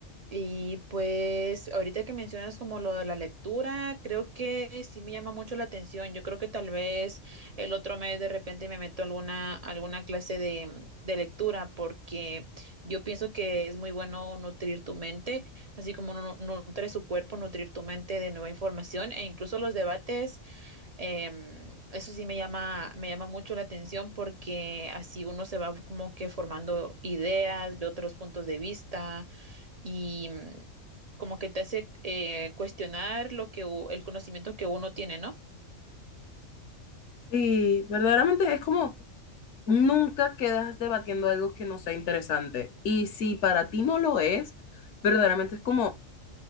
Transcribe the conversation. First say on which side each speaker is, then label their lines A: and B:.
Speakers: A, on the right; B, on the left.
A: Y pues ahorita que mencionas como lo de la lectura, creo que sí me llama mucho la atención. Yo creo que tal vez el otro mes de repente me meto a alguna, alguna clase de, de lectura porque yo pienso que es muy bueno nutrir tu mente, así como nu- nutre su cuerpo, nutrir tu mente de nueva información e incluso los debates. Em, eso sí me llama, me llama mucho la atención porque así uno se va como que formando ideas, de otros puntos de vista y mm, como que te hace eh, cuestionar lo que u- el conocimiento que uno tiene, ¿no?
B: Sí, verdaderamente es como nunca quedas debatiendo algo que no sea interesante. Y si para ti no lo es, verdaderamente es como